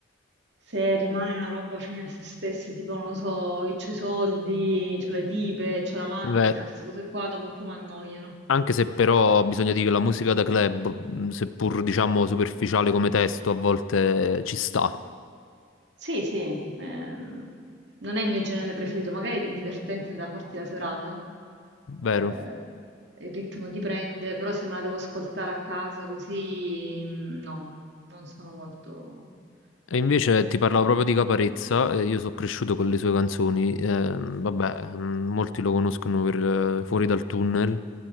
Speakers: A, on the right (about 60°); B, on the left (about 80°).
A: se rimane una roba fine a se stessa, tipo non lo so, io c'ho i soldi, c'ho le tipe, c'ho la macchina,
B: Beh,
A: queste cose qua dopo un po' mi annoiano.
B: anche se però bisogna dire che la musica da club, mh, seppur diciamo superficiale come testo, a volte ci sta,
A: Sì, sì, ehm, non è il mio genere preferito, magari è divertente da farti la serata,
B: vero?
A: eh, il ritmo ti prende, però se me la devo ascoltare a casa così, mm, no, non sono molto...
B: E invece
A: eh, eh,
B: ti parlavo proprio di Caparezza, eh, io sono cresciuto con le sue canzoni, ehm, vabbè, mm, molti lo conoscono per eh, Fuori dal tunnel,